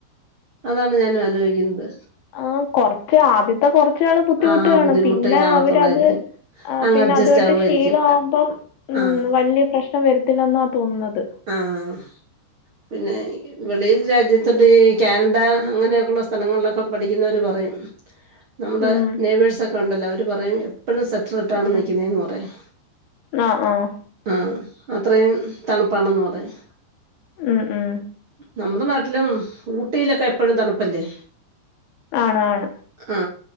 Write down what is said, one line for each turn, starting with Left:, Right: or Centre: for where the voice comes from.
Right: അതാണ് ഞാനും ആലോയി ക്കുന്നത്
Left: ആഹ് കൊറച്ച് ആദ്യത്തെ കൊറച്ചാൾ ബുദ്ധിമുട്ടുകാണും
Right: ആ ബുദ്ധിമുട്ടേ
Left: പിന്നെ
Right: കാണത്തൊള്ളായിരിക്കും
Left: അവര ത് ആഹ്
Right: അങ്ങ്
Left: പിന്നെ
Right: അഡ്ജസ്റ്റ്
Left: അതൊട്ട്
Right: ആകുമായിരിക്കും
Left: ശീലാകുമ്പം
Right: ആഹ്
Left: വലിയ പ്രശ്നം വരത്തില്ലെന്നാ തോന്നുന്നത്
Right: ആഹ് പിന്നെ വെളിയിൽ രാജ്യത്ത ഈ കാനഡ അങ്ങനെയൊക്കെയുള്ള സ്ഥലങ്ങളിലൊക്കെ പഠിക്കുന്നവര് പറയും നമ്മുടെ
Left: ഉം
Right: നെയ്ബേഴ്സൊക്കെ ഉണ്ടല്ലോ അവര് പറയും എപ്പോഴും സെ ക്റ്റർ ഇട്ടാണ്
Left: ഉം
Right: നിക്കുന്നന്ന് പറയും
Left: ആഹ് ആഹ്
Right: ആഹ് അത്രയും തണുപ്പാണെന്ന് പറയും
Left: ഉം ഉം
Right: നമ്മുടെ നാട്ടിലും ഊട്ടിയിലൊക്കെ എപ്പഴും തണുപ്പല്ലേ
Left: ആണ് ആണ്
Right: ആ